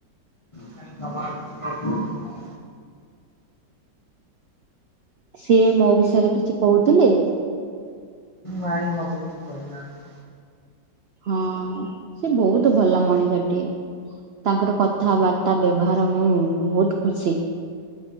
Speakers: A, on the left; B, on the right.
A: କାଇଁ ତମର କିଛି ପ୍ରୋବ୍ଲେମ
B: ସିଏ ମୋ ବିଷୟରେ କିଛି କହୁଥିଲେ।
A: ନାଇଁ ମତେ କିଛି କହିନାହାନ୍ତି।
B: ହଁ ସେ ବହୁତ ଭଲ ମଣିଷଟିଏ ତାଙ୍କର କଥାବା ତା ବ୍ୟବହାର ମୁଁ ବହୁତ ଖୁସି